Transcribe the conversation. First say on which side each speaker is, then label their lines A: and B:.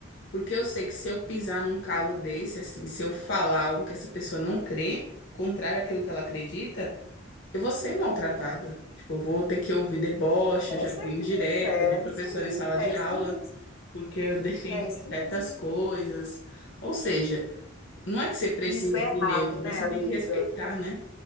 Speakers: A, on the left; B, on the left.
A: porque eu sei que se eu pisar num calo desse, assim, se eu falar algo que essa pessoa não crê, contrário àquilo que ela acredita, eu vou ser maltratada. Tipo, eu vou ter que ouvir deboche,
B: Com
A: eu já
B: certeza,
A: ouvi indireta
B: é
A: de professor
B: isso aí,
A: em sala de
B: é
A: aula,
B: isso mesmo,
A: porque eu defendi
B: é isso mesmo.
A: certas coisas. Ou seja, não é que você precise
B: E Isso é errado,
A: ser neutro,
B: né,
A: mas você
B: amiga?
A: tem que respeitar, né?